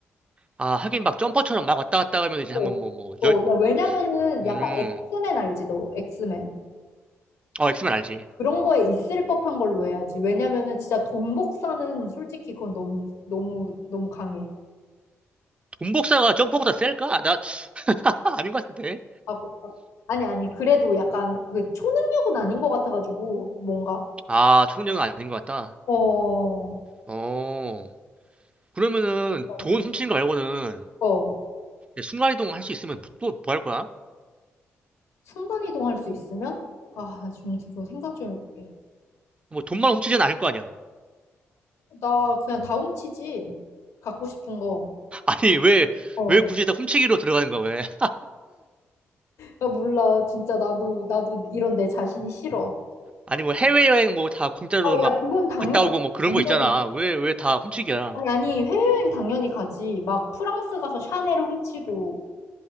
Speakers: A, on the right; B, on the left.
A: 아, 하긴 막 점퍼처럼 막 왔다 갔다 하면 이제
B: 어,
A: 한번 뭐 뭐
B: 어,
A: 열
B: 야, 왜냐면은
A: 음.
B: 약간 엑스맨 알지, 너? 엑스맨.
A: 어, 엑스맨 알지.
B: 그런 거에 있을 법한 걸로 해야지. 왜냐면은 진짜 돈 복사는 솔직히 그건 너무 너무 너무 강해.
A: 돈복사가 점퍼보다 셀까? 나 <laughs> 아닌 것 같은데.
B: 아, 그- 아, 아니 아니 그래도 약간 그 초능력은 아닌 것 같아가지고 뭔가
A: 아, 총력은 아닌 것 같다.
B: 어,
A: 어. 그러면은
B: 어,
A: 돈 훔치는 거 말고는
B: 어.
A: 순간이동 할 수 있으면 뭐, 또뭐 할 거야?
B: 순간 이동할 수 있으면 아, 나 지금 그거 생각 좀 해볼게.
A: 뭐 돈만 훔치진 않을 거 아니야.
B: 나 그냥 다훔 치지. 갖고 싶은 거.
A: 아니, 왜,
B: 어.
A: 왜 굳이 다 훔치기로 들어가는 거야, 왜? <laughs>
B: 나 몰라. 진짜 나도 나도 이런 내 자신이 싫어.
A: 아니, 뭐 해외여행 뭐 다 공짜로
B: 아,
A: 막
B: 야, 그건 당연
A: 갔다 오고 뭐 그런
B: 당연히
A: 거 있잖아. 왜, 왜 다 훔치기야?
B: 아니, 아니, 해외여행 당연히 가지. 막 프랑스 가서 샤넬 훔치고,